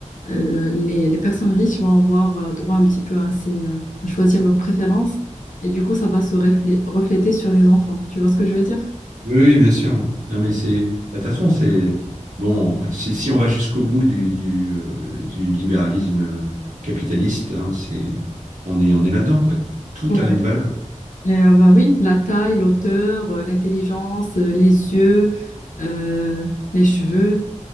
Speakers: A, on the left (about 80°); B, on the right (about 75°).
A: euh, les, les personnes riches vont avoir euh, droit un petit peu à, ces, euh, à choisir leurs préférences et du coup, ça va se reflé- refléter sur les enfants. Tu vois ce que je veux dire?
B: Oui, oui, bien sûr. Non, mais c'est, bah, de toute façon, c'est, bon, c'est- si on va jusqu'au bout du, du, euh, du libéralisme euh, capitaliste, hein, c'est, on est, on est là-dedans, quoi. Tout
A: Ouais.
B: a une valeur.
A: Euh, bah oui, la taille, l'auteur, euh, l'intelligence, euh, les yeux, euh, les cheveux,